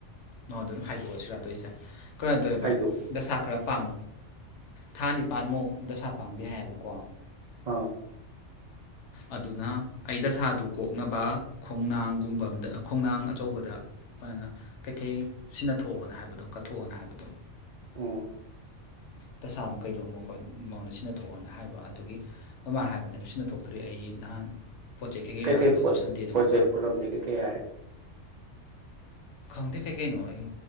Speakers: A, on the left (about 70°); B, on the right (about 75°).
A: ꯅꯉꯣꯟꯗ ꯑꯗꯨꯝ ꯍꯥꯏꯗꯣꯛꯑꯁꯤꯔ ꯇꯣꯏꯁꯦ꯫ ꯀꯅꫭ ꯇꯧ ꯑꯣꯏꯕ
B: ꯍꯥꯏꯗꯣꯛꯀꯅꯨ
A: ꯗꯁꯥ ꯈꯔ ꯄꯥꯡ꯫ ꯊꯥ ꯅꯤꯄꯥꯟꯃꯨꯛ ꯗꯁꯥ ꯄꯥꯡꯗꯦ ꯍꯥꯏꯌꯦꯕꯀꯣ꯫
B: ꯑ꯫
A: ꯑꯗꯨꯅ ꯑꯩ ꯗꯁꯥꯥꯗꯨ ꯀꯣꯛꯅꯕ ꯈꯣꯡꯅꯥꯡꯒꯨꯝꯕ ꯑꯝꯗ ꯈꯣꯡꯅꯥꯡ ꯑꯆꯧꯕꯗ ꯑꯗꯨꯃꯥꯏꯅ ꯀꯩꯀꯩ ꯁꯤꯟꯅꯊꯣꯛꯑꯣꯅ ꯍꯥꯏꯕꯗꯣ ꯀꯠꯊꯣꯛꯑꯣꯅ ꯍꯥꯏꯕꯗꯣ꯫
B: ꯑꫭ꯫
A: ꯗꯁꯥ ꯑꯃ ꯀꯩꯗꯧꯕ ꯈꯣꯠ ꯃꯉꯣꯟꯗ ꯁꯤꯟꯅ ꯊꯣꯛꯣꯛꯑꯣꯅ ꯍꯥꯏꯕ ꯑꯗꯨꯒꯤ ꯑꯃ ꯍꯥꯏꯕꯅꯦ ꯑꯗꯨ ꯁꯤꯅ ꯊꯣꯛꯇ꯭ꯔꯤ ꯑꯩ ꯅꯍꯥꯟ꯫ ꯄꯣꯠ ꯆꯩ ꯀꯩꯀꯩ
B: ꯀꯩ
A: ꯂꯥꯡꯗꯣ
B: ꯀꯩ ꯄꯣꯠ
A: ꯑꯗꯨ ꯁꯟꯗꯦꯗꯣ
B: ꯄꫭꯠꯆꯩ
A: ꯑꯃꯨꯛ ꯐꯔꯛ
B: ꯄꯣꯂꯝꯗꯤ ꯀꯩ ꯀꯩ ꯍꯥꯏ꯫
A: ꯈꯪꯗꯦ ꯀꯩ ꯀꯩꯅꯣ ꯑꯩ